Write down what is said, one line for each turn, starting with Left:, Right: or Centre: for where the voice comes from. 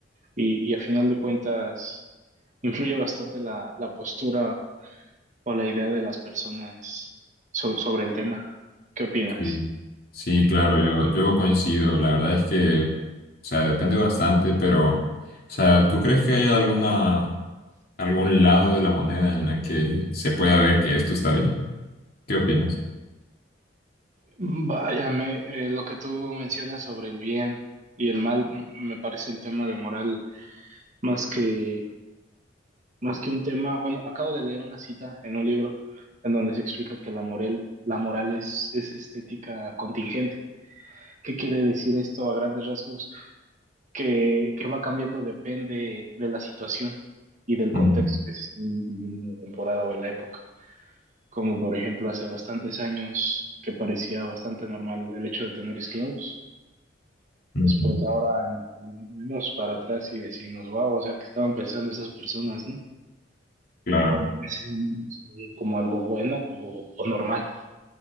Right: Y, y a final de cuentas, influye bastante la, la postura o la idea de las personas so- sobre el tema. ¿Qué opinas?
Left: Sí, Sí, claro, yo, yo coincido. La verdad es que, o sea, depende bastante, pero, o sea, ¿tú crees que hay alguna, algún lado de la moneda en la que se pueda ver que esto está bien? ¿Qué opinas?
Right: Vaya, me- eh, lo que tú mencionas sobre el bien y el mal mm, me parece el tema de moral más que Más que un tema, bueno, acabo de leer una cita en un libro en donde se explica que la moral, la moral es, es estética contingente. ¿Qué quiere decir esto a grandes rasgos? Que, que va cambiando depende de la situación y del contexto
Left: Ujú,
Right: que se esté viviendo en la temporada o en la época. Como por ejemplo hace bastantes años que parecía bastante normal el hecho de tener esclavos.
Left: ujú.
Right: Después ahora en la actualidad, vemos para atrás y decimos, wow, o sea, que estaban pensando esas personas, ¿no?
Left: Claro.
Right: cuando en ese momento se veía como algo bueno o, o normal.